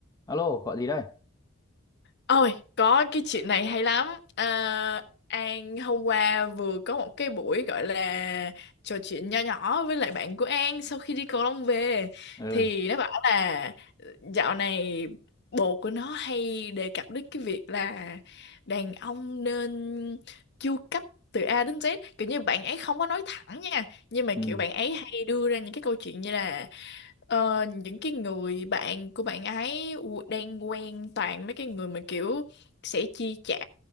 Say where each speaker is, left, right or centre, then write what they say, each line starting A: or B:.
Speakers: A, on the left; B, on the left.
A: Alo, gọi gì đây?
B: Ôi, có cái chuyện này hay lắm. À, An hôm qua vừa có một cái buổi gọi là trò chuyện nho nhỏ với lại bạn của An sau khi đi cầu lông về
A: Ừ.
B: thì nó bảo là dạo này bồ của nó hay đề cập đến cái việc là đàn ông nên chu cấp từ A đến Z kiểu như bạn ấy không có nói thẳng nha nhưng mà
A: Ừ.
B: kiểu bạn ấy hay đưa ra những cái câu chuyện như là Ờ, những cái người bạn của bạn ấy u- đang quen toàn mấy cái người mà kiểu sẽ chi trả